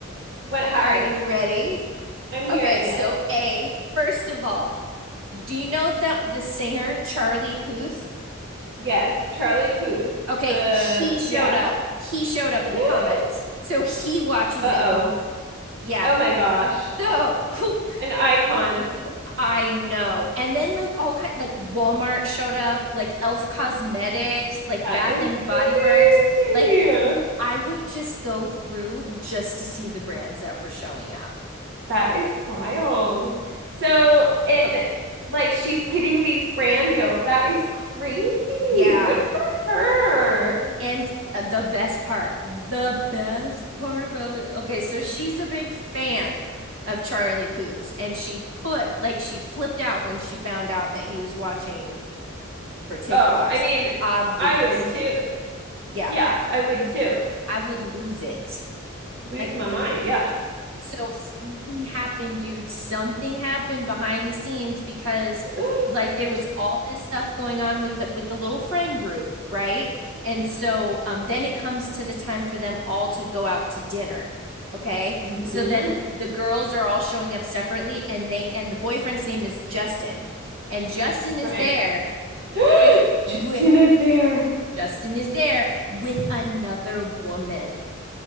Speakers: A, on the right; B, on the right.
A: What happens?
B: Are you ready?
A: I'm hearing
B: Okay, so
A: it.
B: A, first of all, do you know the the singer Charlie Puth?
A: <laughs> yes, Charlie Puth.
B: Okay,
A: The
B: he showed
A: yeah.
B: up. He showed up in
A: <gasps>
B: the comments. So he watches
A: Uh-oh.
B: it. Yeah.
A: Oh my gosh.
B: So whew,
A: An icon.
B: I know. And then like all kind like Walmart showed up, like Elf Cosmetics, like
A: That
B: Bath
A: is
B: and Body Works.
A: crazy.
B: Like I would just go through just to see the brands that were showing up.
A: That is wild. So, and
B: Uh,
A: like she's getting these brand deals. That is crazy.
B: yeah.
A: Good for her.
B: And uh, the best part, the best part about it. Okay, so she's a big fan of Charlie Puth's, and she put like she flipped out when she found out that he was watching her TikToks.
A: Oh, I mean,
B: Obviously,
A: I would too.
B: yeah,
A: Yeah, I would too.
B: I would lose it.
A: Lose
B: Like
A: my mind. Yeah.
B: So something happened, dude. Something happened behind the scenes because
A: <gasps>
B: like there was all this stuff going on with the with the little friend group, right? And so um then it comes to the time for them all to go out to dinner. Okay.
A: hmm
B: So then the girls are all showing up separately and they and the boyfriend's name is Justin. And Justin is
A: Right.
B: there
A: <gasps>
B: with with
A: Justin is there.
B: Justin is there with another woman.